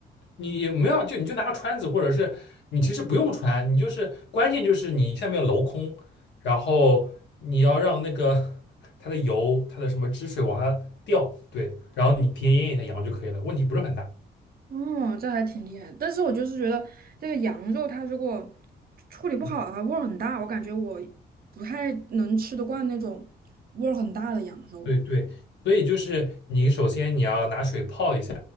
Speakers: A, on the left (about 80°); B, on the right (about 55°).
A: 你也没有，就你就拿个穿子，或者是你其实不用穿，你就是关键就是你下面要镂空，然后你要让那个 <laughs> 它的油、它的什么汁水往下掉，对，然后你提前腌一下羊就可以了，问题不是很大。
B: 哦，这还挺厉害的但是我就是觉得这个羊肉它如果处理不好的话，
A: 嗯，
B: 味儿很大，我感觉我不太能吃得惯那种味儿很大的羊肉。
A: 对对，所以就是你首先你要拿水泡一下，